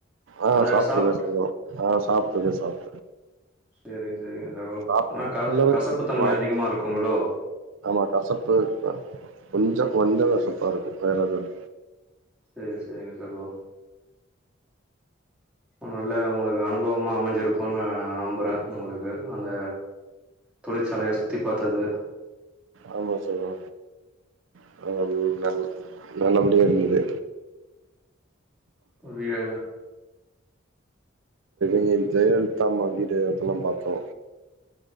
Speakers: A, on the right (about 80°); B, in the centre.
A: ஆ
B: அத
A: சாப்ட்ருக்கே
B: சாப்ட்
A: சகோ ஆ சாப்ட்ருக்கே சாப்
B: செரி சேரிங்க சகோ
A: சாப்
B: ஆனா க
A: எல்லாமே
B: கசப்பு தன்மை
A: வாங்கி
B: அதிகமா இருக்குங்களோ
A: ஆமா கசப்பு கொஞ்சோ கொஞ்சோ கசப்பாருக்கோ வேற எதுவு
B: செரி செரிங்க சகோ நல்ல உங்குளுக்கு அனுபவமா அமஞ்சிருக்கோ நா நம்புறே உங்குளுக்கு அந்த தொழிற்சாலைய சுத்தி பாத்தது
A: ஆமா சகோ <unintelligible> எறங்கிது
B: உட்ரியா
A: இவ ஜெயலலிதா அம்மாக்கிட்ட இதெல்லா பாத்தோ